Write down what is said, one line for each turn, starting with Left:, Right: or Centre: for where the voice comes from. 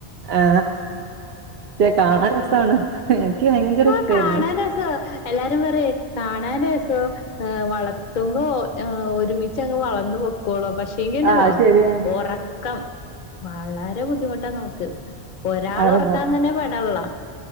Right: ആ ചേ കാണ രസാണ് എൻക്ക് ഭയങ്കര
Left: ആഹ്
Right: ഇഷ്ടായിരുന്നു
Left: കാണാൻ രസാ എല്ലാരും പറയും കാണാൻ രസോ ഏ വളർത്തുമ്പോ ഏ ഒരുമിച്ചങ്ങ് വളർന്നു പൊക്കോളും പക്ഷേങ്കി ഉണ്ടല്ലോ
Right: ആ ശരിയാണ്
Left: ഒറക്കം വളരെ ബുദ്ധിമുട്ടാ നമുക്ക് ഒരാളെ
Right: അവരെ
Left: ഒറക്കാൻ
Right: നോ
Left: തന്നെ പെടള്ള